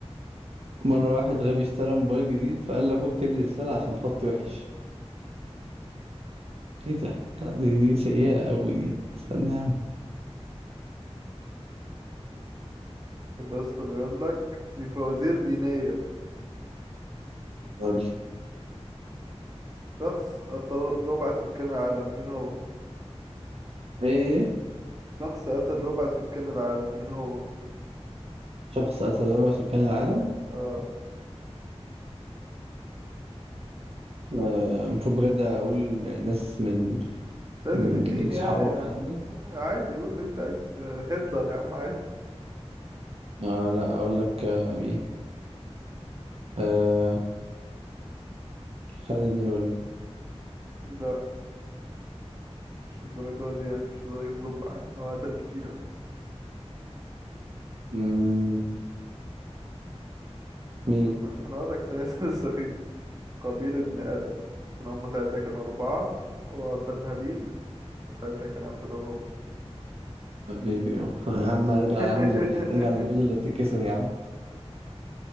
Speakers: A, on the right; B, on the right.
A: مرة واحد غبي اشترى موبايل جديد فقال لأخوه اكتب لي رسالة عشان خطي وحش ايه ده؟ لا دي, دي سيئة
B: <laughs>
A: أوي دي استنى يا عم
B: طب بس بيقول لك دي فوازير دينية
A: قول لي
B: شخص أطر ربع سكان العالم مين هو
A: ايه
B: شخص قتل ربع سكان العالم مين هو
A: شخص قتل ربع سكان العالم
B: اه
A: آه، المفروض بجد أقول ناس من
B: مش لازم
A: من
B: الدين
A: الصحابة
B: يعني آه.
A: والكلام ده
B: عادي قول اللي انت عايزه آه، هتلر يا عم عادي
A: آه لا أقول لك آه مين آه خالد بن الوليد
B: لا مش الدرجة دي يعني مش درجة ربع يعني هو قتل كتير اه
A: مم، مين
B: استنى انا اقول لك عشان <laughs> اسم السخيف قابيل ابن ادم عشان هم ساعتها كانوا اربعة وقتل هابيل وساعتها كان قتل الربع
A: حبيبي يابا يا عم ارجع
B: <laughs>
A: يا عم لل- ارجع للبيضة اللي بتتكسر يا عم